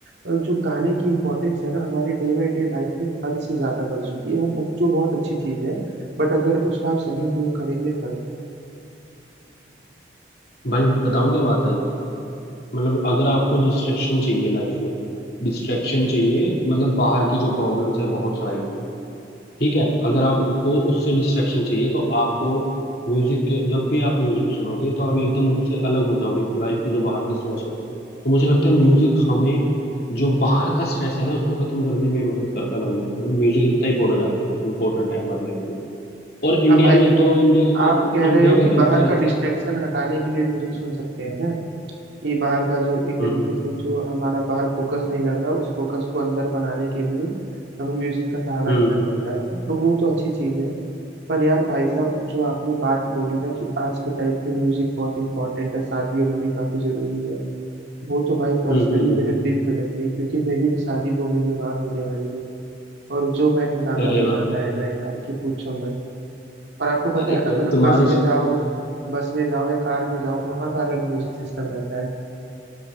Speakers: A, on the right; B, on the left.
A: अ, जो गाने की इम्पोर्टेंस है ना हमारे डे बाय डे लाइफ में हद से ज्यादा बढ़ चुकी है वो ब- जो बहुत अच्छी चीज है बट अगर उसका आप सही उपयोग करेंगे तब
B: भाई बताऊं क्या बात है मतलब अगर आपको डिस्ट्रैक्शन चाहिए लाइफ में डिस्ट्रैक्शन चाहिए मतलब बाहर की जो प्रॉब्लम्स है बहुत सारी ठीक है अगर आपको उससे डिस्ट्रैक्शन चाहिए तो आपको म्यूजिक के जब भी आप म्यूजिक सुनोगे तो आप एकदम उनसे अलग हो जाओगे लाइफ की जो बाहर की स्ट्रेस है तो मुझे लगता है म्यूजिक हमें जो बाहर का स्ट्रेस है ना उसको खत्म करने में मदद करता है भाई मतलब म्यूजिक इतना ही इंपॉर्टेंट है हमारी लाइफ में और इंडिया
A: आप आई-
B: में तो इंडिया का
A: आप
B: कल
A: कह
B: इंडिया
A: रहे हो
B: का
A: कि
B: कल्चर
A: बाहर का
B: ऐसा
A: डिस्ट्रैक्शन हटाने के लिए म्यूजिक सुन सकते हैं ना कि बाहर का जो एक तरीके
B: हम्म हम्म
A: से जो हमारा बाहर फोकस नहीं लग रहा उस फोकस को अंदर बनाने के लिए हमें म्यूजिक का सहारा
B: हम्म
A: लेना पड़ता है तो वो तो अच्छी चीज है पर यार भाई साहब जो आपने बात बोली ना कि आज के टाइम पे म्यूजिक बहुत इंपॉर्टेंट है शादियों में भी काफी जरूरी है वो तो भाई पर्सनली
B: हम्म हम्म, हम्म।
A: मेरे दिल पे लग गई क्योंकि मेरी भी शादी दो महीने बाद होने वाली है और जो मैंने गाना
B: अरे
A: बजाना
B: वाह
A: है ना यार कि पूछो मत और आपको पता
B: अरे
A: है अगर
B: कोई तुम्हारे
A: बस में जाओ बस में जाओ या कार में जाओ वहाँ का अलग म्यूजिक सिस्टम रहता है